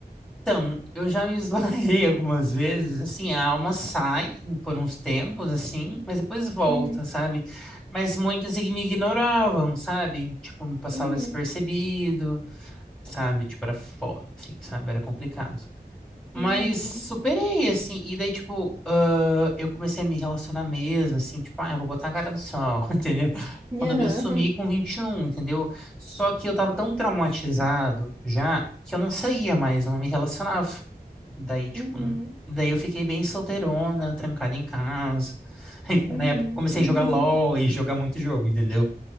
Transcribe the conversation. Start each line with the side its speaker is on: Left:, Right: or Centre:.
Centre: Então, eu já me esbarrei <laughs> algumas vezes, assim, a alma sai por uns tempos, assim, mas depois volta,
Right: Uhum,
Centre: sabe? Mas muitos ig- me ignoravam, sabe? Tipo, me passava
Right: uhum,
Centre: despercebido, sabe? Tipo, era foda, assim, sabe? Era complicado. Mas
Right: uhum.
Centre: superei, assim. E daí, tipo, ah, eu comecei a me relacionar mesmo, assim, tipo, ah, eu vou botar a cara no sol, <laughs> entendeu?
Right: Aham.
Centre: Quando eu me assumi com vinte e um entendeu? Só que eu tava tão traumatizado já que eu não saía mais, eu não me relacionava. Daí, tipo,
Right: Uhum.
Centre: não... daí eu fiquei bem solteirona, trancada em casa. <laughs> Aí foi
Right: Uhum.
Centre: na época que eu comecei
Right: <laughs>
Centre: a jogar LOL e jogar muito jogo, entendeu?